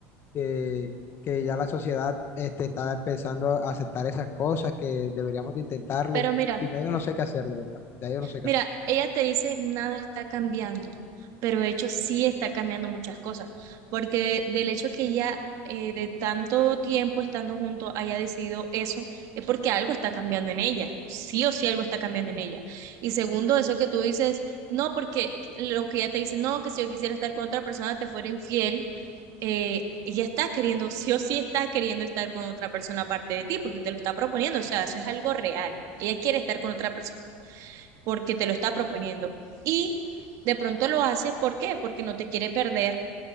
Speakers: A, on the left; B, on the right.
A: que que ya la sociedad este, está empezando a aceptar esas cosas, que deberíamos de intentarlo,
B: pero mira.
A: y ya yo no sé qué hacer, de verdad, ya yo no sé qué
B: Mira,
A: hacer.
B: ella te dice nada está cambiando, pero de hecho sí está cambiando muchas cosas, porque de- del hecho que ella eh, de tanto tiempo estando juntos haya decidido eso, es porque algo está cambiando en ella, sí o sí algo está cambiando en ella. Y segundo, eso que tú dices, no, porque lo que ella te dice, no, que si yo quisiera estar con otra persona te fuera infiel, eh, ella está queriendo, sí o sí está queriendo estar con otra persona aparte de ti, porque te lo está proponiendo, o sea, eso es algo real, ella quiere estar con otra persona porque te lo está proponiendo. Y de pronto lo hace, ¿por qué? Porque no te quiere perder,